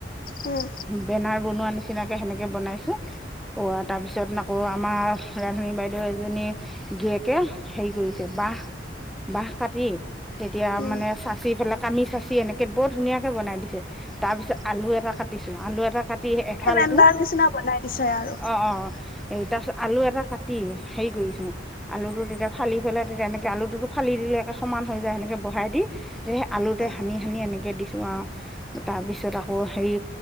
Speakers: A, on the left; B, in the centre.
A: উম,
B: বেনাৰ বনোৱা নিচিনাকে সেনেকে বনাইছোঁ, অ তাৰ পিছত আকৌ আমাৰ ৰান্ধনী বাইদেউ এজনীৰ গিৰিয়েকে হেৰি কৰিছে, বাঁহ বাঁহ কাটি তেতিয়া
A: উম,
B: মানে চাচি পেলা কামি চাচি এনেকে বৰ ধুনীয়াকে বনাই দিছে। তাৰপিছত আলু এটা কাটিছোঁ, আলু এটা কাটি এফালটো
A: কেলেণ্ডাৰ নিচিনা বনাই দিছে আৰু
B: অ অ এই তাৰপিছত আলু এটা কাটি হেৰি কৰিছোঁ, আলুটো তেতিয়া ফালি পেলাই, তেতিয়া এনেকৈ আলুটোতো ফালি দিলে একে সমান হৈ যায়, সেনেকৈ বহাই দি দি আলুতে
A: অ',
B: সানি সানি এনেকে দি আৰু তাৰ পিছত আকৌ হেৰি